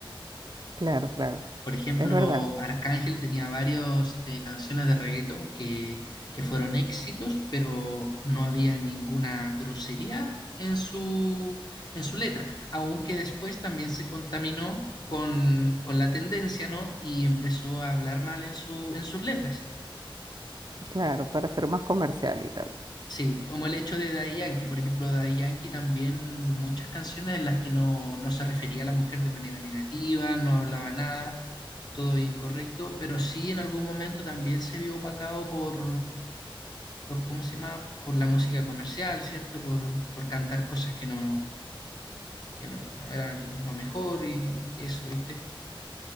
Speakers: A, on the right; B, on the left.
A: claro, claro.
B: Por ejemplo,
A: Es verdad,
B: Arcángel tenía varias canciones de reggaetón que, que fueron éxitos, pero no había ninguna grosería en su, en su letra, aunque después también se contaminó con, con la tendencia, ¿no? Y empezó a hablar mal en su, en sus letras.
A: claro, para ser más comercial y tal.
B: Sí, como el hecho de Daddy Yankee, por ejemplo, Daddy Yankee también muchas canciones en las que no, no se refería a la mujer de manera negativa, no hablaba nada, todo bien correcto, pero sí en algún momento también se vio opacado por, por ¿cómo se llama? Por la música comercial, ¿cierto? Por, por cantar cosas que no, que no, no eran lo mejor y, y eso, ¿viste?